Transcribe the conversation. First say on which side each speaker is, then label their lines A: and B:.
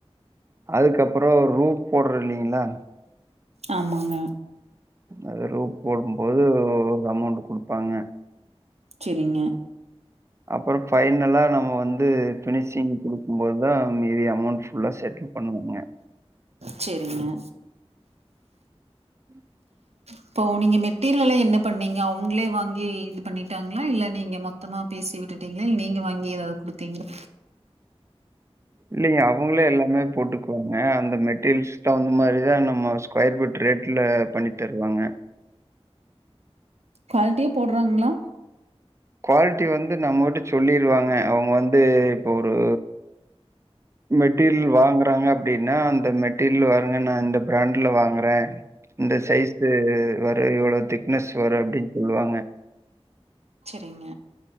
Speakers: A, on the right; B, on the right.
A: அதுக்கப்பறோ ஒரு ரூப் போடுற இல்லைங்களா
B: ஆமாங்க
A: அது ரூப் போடும்போது ஒரு அமௌண்ட் குடுப்பாங்க
B: சரிங்க,
A: அப்பறம் பைனலா நம்ம வந்து பினிஷிங் கொடுக்கும்போதுதான் மீதி அமௌண்ட் ஃபுல்லா செட்டில் பண்ணுவாங்க
B: செரிங்க
A: ம்
B: இப்போ நீங்க மெட்டீரியல என்ன பண்ணீங்க அவங்களே வாங்கி இது பண்ணிட்டாங்களா இல்ல நீங்க மொத் மொத்தமா பேசி விட்டுட்டீங்களே இல்ல நீங்க வாங்கி ஏதாவது குடுத்தீங்களா
A: இல்லங்க அவங்களே எல்லாமே போட்டுக்குவாங் க அந்த மெட்டீரியல்ஸ் தகுந்த மாரி தான் நம்ம ஸ்கொயர் ஃபீட் ரேட்ல பண்ணி தருவாங்க
B: குவாலிட்டியா போடுறாங்களா
A: குவாலிட்டி வந்து நம்மட்ட சொல்லிருவாங்க அவுங்க வந்து இப்போ ஒரு மெட்டீரியல் வாங்குறாங்க அப்டின்னா அந்த மெட்டீரியல் வாங்க நான் இந்த பிராண்ட்ல வாங்குறேன் இந்த சைஸ்ு வரும் இவ்ளோ திக்னஸ் வரும் அப்டின்னு சொல்லுவாங்க
B: செரிங்க